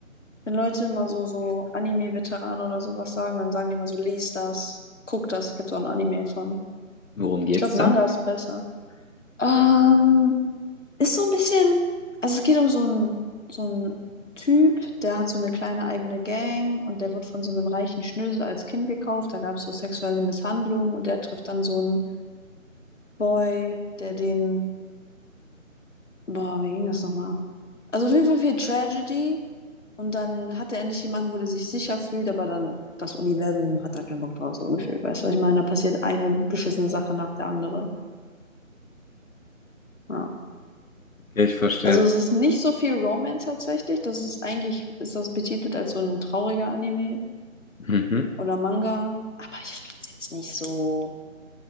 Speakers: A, on the left; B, on the left.
A: wenn Leute immer so, so Anime-Veteranen oder sowas sagen, dann sagen die immer so, lies das, guck das, gibt's auch ein Anime von.
B: Worum geht's
A: Ich glaube,
B: da?
A: Manga ist besser. Ähm, ist so ein bisschen, also es geht um so einen so einen Typ, der hat so eine kleine eigene Gang und der wird von so einem reichen Schnösel als Kind gekauft. Da gab es so sexuelle Misshandlungen und der trifft dann so einen Boy, der den Boah, wie ging das nochmal? Also auf jeden Fall viel Tragedy und dann hat er endlich jemanden, wo er sich sicher fühlt, aber dann das Universum hat da keinen Bock drauf, so gefühlt. Weißt du, was ich meine? Da passiert eine beschissene Sache nach der andere. Ja.
B: Okay, ich verstehe.
A: Also es ist nicht so viel Romance tatsächlich. Das ist eigentlich, ist das betitelt als so ein trauriger Anime
B: Mhm.
A: oder Manga. Aber ich fand es jetzt nicht so,